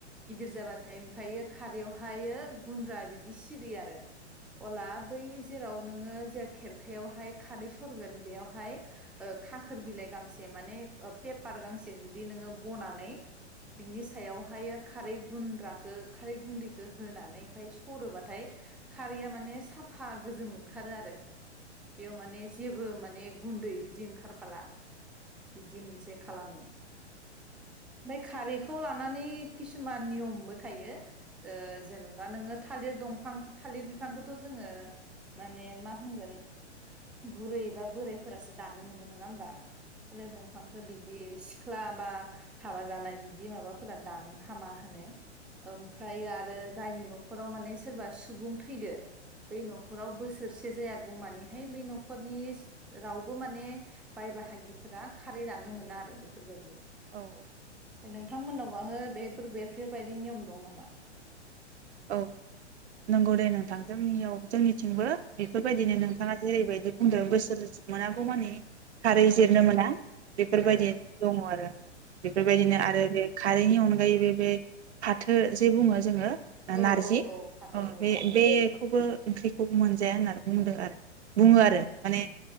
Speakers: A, in the centre; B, on the right.
A: गिदिर जाबाथाय ओमफ्रायो खारैयावहायो गुन्द्रा बिदि सिरि आरो अला बै जेराव नोङो जे खेरखायावहाय खारै सरगोन बेयाव हाय ओ खा खोर बिलाइ गांस से माने ओ पेपार गांसे जुद दि नोङो बना नै बिनि सायावहायो खारै गुनद्राखो खारै गुनदैखो होनानै औमफाय सु हरोबाथाय खारैया माने साफा गोजों ओंखारो आरो बेयाव माने जेबो माने गुन्दै बिदि ओंखारफाला बिदि मोनसे खालामो औ खारैखौ लानानै किसुमान नियमबो थायो ओ जेन'बा नोङो थालिर दंफां थालिर बिफांखौथ' जोङो माने मा होनगोन बुरै बा बोरायफोरासो दाननो मोनो नङा होमबा दंफांखौ बिदि सिख्ला बा हाबा जानाय बिदि माबाफोरा दाननो हामा होनो ओमफ्रायायो आरो जायनि न' न'खराव माने सोरबा सुबुं थैदों बै न'खराव बोसोरसे जायागौ मानिहाय बेै न'खरनि रावबो माने बाय बाहागिफोरा खारै जानो जानो मोना आरो बेफोरबायदि
B: औ औ
A: नोंथांमोननाव बाहो बेफोर बेफोरबायदि नियम दं नामा
B: औ नंगौ दे नोंथां जोंनियाव जोंनिथिंबो बेफोरबायदिनो नोंथाङा जेरैबायदि बुंदों बोसोर मोनागौ मानि खारै
A: ओ
B: जिरनो मोना बेफोरबायदि
A: औ ओ
B: दङ आरो बेफोरबायदिनो आरो बे खारैनि अनगायैबो बे फाथो जे बुङो जोङो
A: ओ औ
B: नारजि
A: औ औ फाथो
B: अ बे बे खौबो ओंख्रिखौ मोनजाया होननानै बुंदों आरो बुङो आरो
A: औ ओ
B: माने